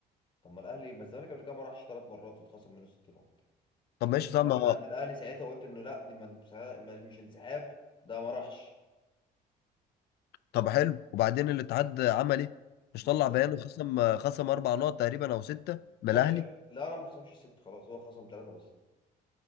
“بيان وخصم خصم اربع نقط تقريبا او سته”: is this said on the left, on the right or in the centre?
Left